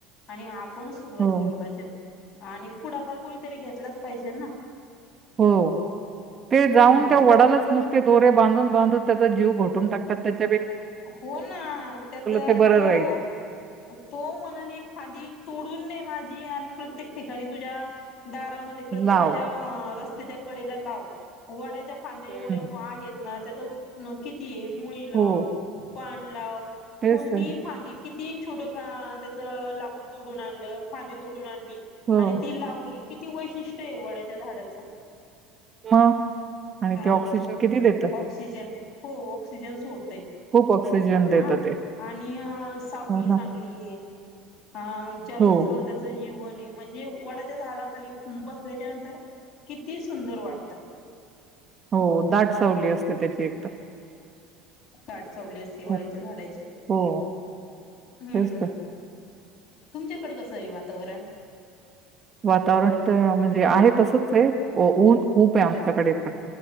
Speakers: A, on the left; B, on the right.
A: आणि आप णच सुरुवात
B: हो,
A: केली पाहिजे. आणि पुढाकार कुणीतरी घेतलाच पाहिजे ना.
B: हो ते जाऊन
A: हा
B: त्या वडालाच नुसते दोरे बांधून बांधून त्याचा जीव घोटून टकतात त्या
A: हो ना त्याचा
B: ते बरं
A: तो-तो
B: राहील.
A: मनाने एक फांदी तोडून ते माझी आणि प्रत्येक ठिकाणी तुझ्या दारामध्ये प्रत्येकाच्या
B: लाव.
A: रस त्यांच्या कडेला लाव. वडाच्या फांदे
B: हं.
A: एवढे मो आहेत. ना त्या तर नकी ये मुळी लाव.
B: हो.
A: पाण लाव.
B: तेच
A: कोणती
B: तर.
A: फांदी किती ती छोड का त्याचं लाकूड तोडून आणलं फांदीे तोडून आण ली
B: हो.
A: आणि ती लावली किती वैशिष्ट्य आहे वडाच्या झाडाचं.
B: मग आणि
A: अ
B: ते ऑक्सिजन किती देत.
A: ऑक्सिजन हो. ऑक्सिजन सोडते.
B: ऑक्सिजन देतं
A: हा
B: ते.
A: आणि अ सावली
B: हो ना.
A: चांगली आहे. हा जास्त
B: हो,
A: त्याच जीवन म्हणजे वडाच्या झाडाखाली बसल्याच्या नंतर किती सुंदर वाटत.
B: हो दाट सावली असते, त्याची एकतर
A: <unintelligible> सवली असते वाड्याच्या
B: हो.
A: झाडाची,
B: हो,
A: हम्म!
B: तेच तर
A: तुमच्याकडे कसं आहे वातावरण?
B: वातावरण तर म्हणजे आहे तसच आहे. ऊन खूप आहे आमच्याकडे पण.